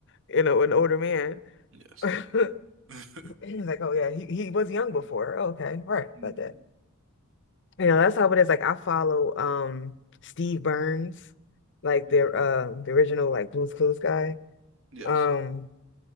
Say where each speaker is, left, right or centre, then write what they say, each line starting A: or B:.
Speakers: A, on the left; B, on the right.
A: you know, an older man.
B: Yes.
A: <laughs>
B: <laughs>
A: He's like, oh yeah, he, he was young before. Okay, right,
B: Mm.
A: about that. You know, that's how it is. Like I follow um Steve Burns, like
B: Mhm.
A: the um the original like Blue's Clues guy.
B: Yes.
A: Um